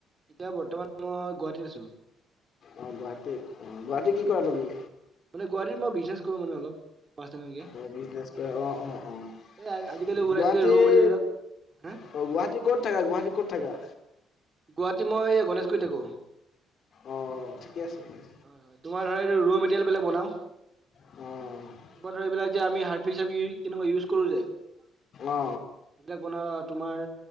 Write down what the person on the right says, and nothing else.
এতিয়া বৰ্তমান মই গুৱাহাটীত আছো।
মানে গুৱাহাটিত মই বিজনেছ কৰো মানে অলপ। পাৰ্চনেলকে
এই আজিকালি ওলাইছে
যে ৰ' মেটেৰিয়েল
বিলাক হা
গুৱাহাটী মই গণেশগুৰিত থাকো।
হয় হয় তোমাৰ ধৰা ৰ মেতেৰিয়েল বিলাক বনাও।
বনাও এইবিলাক যে আমি হাৰ্ড চাবি কিন্তু মই ইউচ কৰো যে। সেইবিলাক
বনাও তোমাৰ